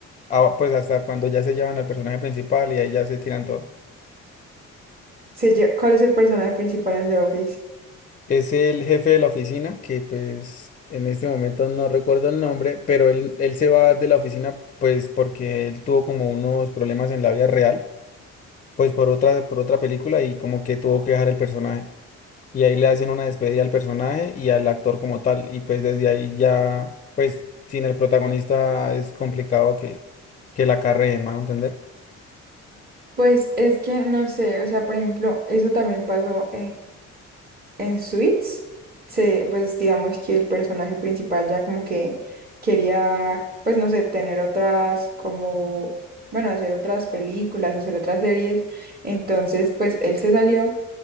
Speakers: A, on the left; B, on the right.
A: Ah, pues hasta cuando ya se llevan al personaje principal y ahí ya se tiran todo.
B: Se lle- ¿Cuál es el personaje principal en The Office?
A: Es el jefe de la oficina, que pues en este momento no recuerdo el nombre, pero él, él se va de la oficina pues porque él tuvo como unos problemas en la vida real, pues por otra, por otra película y como que tuvo que dejar el personaje. Y ahí le hacen una despedida al personaje y al actor como tal. Y pues desde ahí ya, pues sin el protagonista es complicado que, que la carreen, ¿me van a entender?
B: Pues es que no sé, o sea, por ejemplo, eso también pasó en Suits, se, pues digamos que el personaje principal ya como que quería, pues no sé, tener otras como, bueno, hacer otras películas, hacer otras series. Entonces, pues él se salió